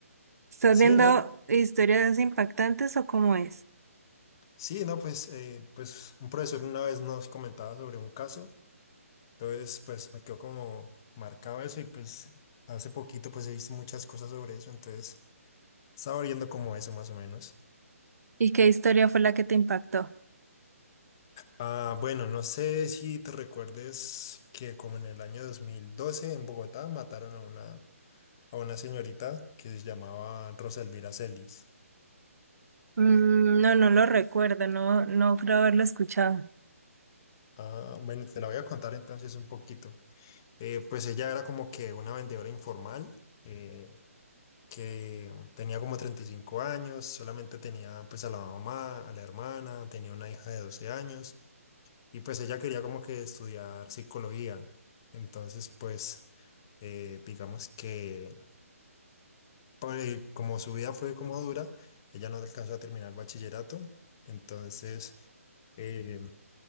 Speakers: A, on the right (about 80°); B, on the left (about 15°).
A: ¿Estás
B: Sí,
A: viendo
B: no,
A: historias impactantes o cómo es?
B: sí, no, pues, eh, pues, un profesor una vez nos comentaba sobre un caso, entonces, pues, me quedó como marcado eso y, pues, hace poquito, pues, he visto muchas cosas sobre eso, entonces, estaba viendo como eso, más o menos.
A: ¿Y qué historia fue la que te impactó?
B: Ah, bueno, no sé si te recuerdes que como en el año 2012 en Bogotá mataron a una, a una señorita que se llamaba Rosa Elvira Celis.
A: Mm, no, no lo recuerdo, no, no creo haberlo escuchado.
B: Ah, bueno, te la voy a contar entonces un poquito. Eh, pues ella era como que una vendedora informal eh, que tenía como 35 años, solamente tenía pues a la mamá, a la hermana, tenía una hija de 12 años y pues ella quería como que estudiar psicología. Entonces pues eh, digamos que porque como su vida fue como dura, ella no alcanzó a terminar el bachillerato, entonces, eh,